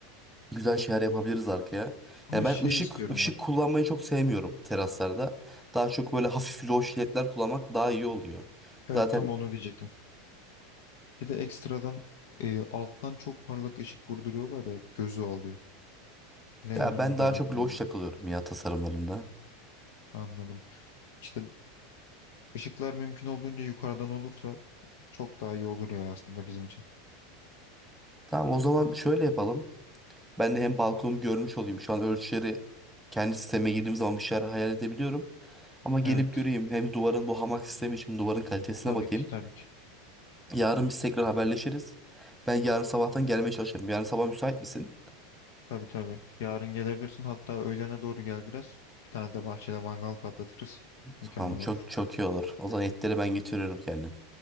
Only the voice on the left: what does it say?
Ama
şey
istiyorum
ben.
Evet
tam onu diyecektim. Bir de ekstradan e, alttan çok parlak ışık vurduruyorlar ya gözü alıyor. Ne
önünü
görebiliyorum.
Anladım. İşte ışıklar mümkün olduğunca yukarıdan olursa çok daha iyi olur ya aslında bizim için.
Evet.
Tabii
ki tabii ki.
Tabii tabii. Yarın gelebilirsin. Hatta öğlene doğru gel biraz. Bir tane de bahçede mangal patlatırız. Mükemmel
olur.